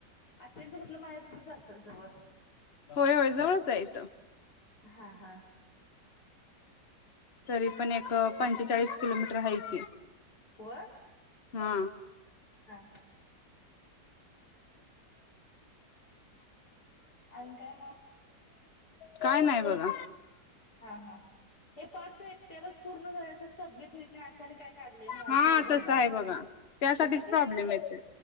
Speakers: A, on the left (about 60°); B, on the left (about 40°).
A: आत्तींच कुठलं माहेर? इथेच असेल जवळ?
B: होय होय जवळच आहे इथं.
A: हा हा
B: तरी पण एक पंचेचाळीस किलोमीटर हाय की.
A: व
B: हा
A: हा हा आणि काय मग?
B: काय नाही बघा.
A: हा हा हे पाच एकट्यालाच पूर्ण झाल्या सबमिट होत नाही अस आणि काय काढले म्हणालती
B: हा
A: बई बहिणा
B: तसं आहे
A: बाई
B: बघा त्यासाठीच
A: हे ते खुळ्यागत
B: प्रॉब्लेम येते